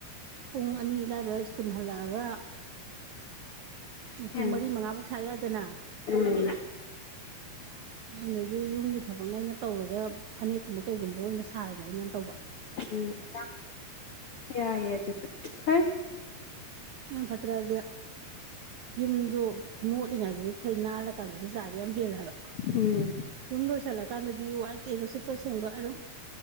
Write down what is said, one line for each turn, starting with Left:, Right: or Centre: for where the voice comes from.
Right: ꯄꯨꯡ ꯑꯅꯤ ꯑꯕꯥꯏꯗ ꯁ꯭ꯀꯨꯟ ꯍꯜꯂꯛꯑꯒ ꯄꯨꯡ
Left: ꯎꯝ
Right: ꯃꯔꯤ ꯃꯉꯥ ꯕꯤ ꯁꯥ ꯌꯥꯏꯗꯅ
Left: ꯎꯝ
Right: <unintelligible> ꯁꯥꯔꯒꯦ ꯑꯩꯅ ꯇꯧꯕ
Left: ꯎꯝ <unintelligible> ꯌꯥꯏꯌꯦ ꯑꯗꯨꯁꯨ ꯐꯩ
Right: ꯗꯨꯟ ꯐꯠꯇ꯭ꯔꯣꯗꯤ ꯌꯨꯝꯖꯨ ꯃꯣꯠꯂꯤꯉꯥꯏꯗꯗꯤ ꯅꯥꯜꯂꯀꯥꯟꯗꯗꯤ ꯆꯥꯕ ꯌꯥꯝ ꯍꯦꯜꯂꯦ ꯍꯥꯏꯕ
Left: ꯎꯝ
Right: ꯁꯨꯝ ꯂꯣꯏꯁꯜꯂꯀꯥꯟꯗꯗꯤ ꯋꯥꯏ ꯇꯩꯕ ꯁꯤꯠꯄ ꯁꯦꯡꯕ ꯑꯗꯨꯝ